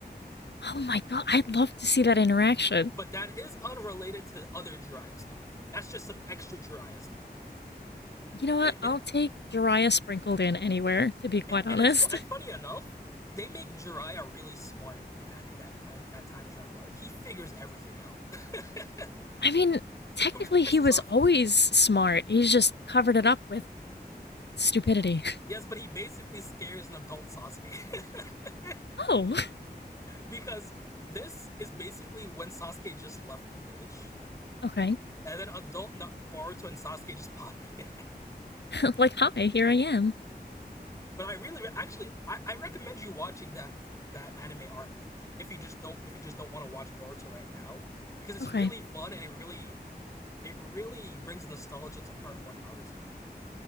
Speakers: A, on the left; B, on the left.
A: Oh my god, I'd love to see that interaction.
B: But that is unrelated to the other Jiraiya stuff. That's just some extra Jiraiya stuff.
A: You know what?
B: And, and,
A: I'll take Jiraiya sprinkled in anywhere, to be quite
B: and
A: honest.
B: it's fu- and funny enough, they make Jiraiya really smart in that in that time that time travel arc. He figures everything out, <laughs>
A: <laughs> I mean, technically,
B: which pisses
A: he was
B: off.
A: always smart. He's just covered it up with stupidity. <laughs>
B: Yes, but he basically scares an adult Sasuke <laughs>
A: Oh,
B: because this is basically when Sasuke just left the village,
A: okay.
B: and then adult Na- Boruto and Sasuke just pop in.
A: <laughs> like, hi, here I am.
B: <laughs> but I really, actually, I, I recommend you watching that that anime arc if you just don't if you just don't want to watch Boruto right now because it's
A: Okay.
B: really fun and it really it really brings nostalgia to part one Naruto.